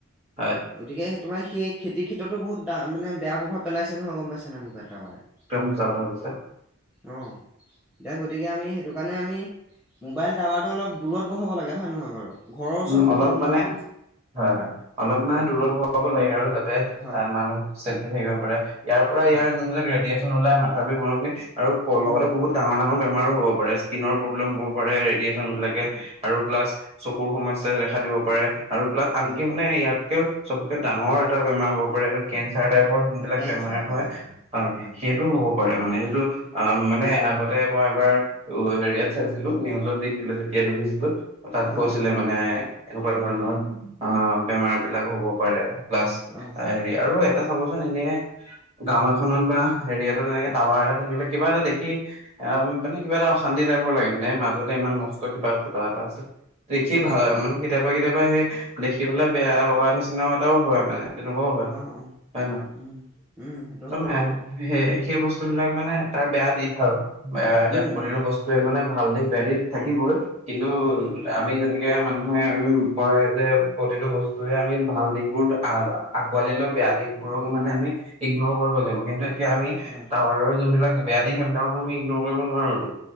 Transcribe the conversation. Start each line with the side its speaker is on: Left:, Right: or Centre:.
Right: হয়।
Centre: গতিকে তোমাৰ সেই খেতিৰ ক্ষেত্ৰতো বহুত তা মানে বেয়া প্ৰভাৱ পেলাইছে নহয় গম পাইছ নে মোবাইল টাৱাৰে।
Right: একদম সঁচা কথা কৈছা।
Centre: অ। এতিয়া গতিকে আমি সেইটো কাৰণে আমি মোবাইল টাৱাৰটো অলপ দূৰত বহাব লাগে হয় নহয় বাৰু? ঘৰৰ ওচৰত
Right: উম
Centre: বহাব
Right: অলপ মানে
Centre: নালাগে
Right: হয় হয়, অলপ মানে
Centre: অ
Right: দূৰত বহাব লাগে আৰু যাতে
Centre: হয়
Right: অ
Centre: হয়
Right: মানুহ চেফলি থাকিব পাৰে ইয়াৰ পৰা
Centre: হয়
Right: ইয়াৰ যোনবিলাক ৰেডিয়েচন ওলাই মাথা বিষ মূৰৰ বিষ আৰু লগতে
Centre: উম
Right: বহুত ডাঙৰ ডাঙৰ বেমাৰো হব পাৰে স্কিনৰ প্ৰব্লেম হ'ব পাৰে। পাৰে ৰেডিয়েচন বিলাকে
Centre: অ
Right: আৰু প্লাছ চকুৰ সমস্যাই দেখা দিব পাৰে আৰু প্লা আনকি
Centre: হয় হয়
Right: মানে ইয়াতকেও চবতকৈ ডাঙৰ এটা বেমাৰ হ'ব পাৰে আৰু কেঞ্চাৰ টাইপৰ যোনবিলাক
Centre: কেঞ্চাৰ
Right: বেমাৰ
Centre: কেঞ্চাৰ
Right: হয়, হয়
Centre: উম
Right: সেইটোও হব হ'ব পাৰে। মানে সেইটো মানে আগতে মই এবাৰ টো হেৰিয়াত চাইছিলো নিউজত দেখিছিলো তেতিয়া দেখিছিলো তাত
Centre: অ
Right: কৈছিলে
Centre: অ
Right: মানে এনেকুৱা ধৰণৰ অ বেমাৰ বিলাকো হ'ব পাৰে। প্লাছ
Centre: অ
Right: হেৰি আৰু এটা চাবচোন এনে গাও এখনত বা হেৰিয়তে তেনেকে
Centre: উম
Right: টাৱাৰ এটা থাকিলে কিবা এটা দেখি এ মানে কিবা এটা অশান্তি টাইপৰ লাগে মানে। মাজতে ইমান
Centre: হয়
Right: মষ্ট
Centre: হয়
Right: কিবা খুটা এটা আছে দেখিয়ে
Centre: অ
Right: ভাল নালাগে। মানে কেতিয়াবা কেতিয়াবা কেতিয়াবা সেই দেখি পেলাই বেয়া লগা নিচিনা এটাও হয় মানে। তেনেকুৱাও হয়,
Centre: অ অ
Right: হয় নহয়?
Centre: উম উম সেইটো
Right: <unintelligible>
Centre: হয় বাৰু
Right: সে সেই বস্তু বিলাক মানে তাৰ বেয়া দিশ আৰু এতিয়া
Centre: উম
Right: প্ৰতিটো
Centre: উম
Right: বস্তুৰে মানে ভাল দিশ বেয়া দিশ থাকিবই কিন্তু
Centre: থাকিবই থাকিবই
Right: তেনেকে মানুহে বৰযে প্ৰতিটো বস্তুৰে আমি ভাল দিশ বোৰ <unintelligible> আকোৱালি লৈ মানে বেয়া দিশবোৰক মানে আমি ইগনৰ কৰিব লাগিব। কিন্তু এতিয়া আমি
Centre: হয়
Right: টাৱাৰৰ যোনবিলাক বেয়া দিশ সেইবিলাকক আমি ইগনৰ কৰিব নোৱাৰোতো।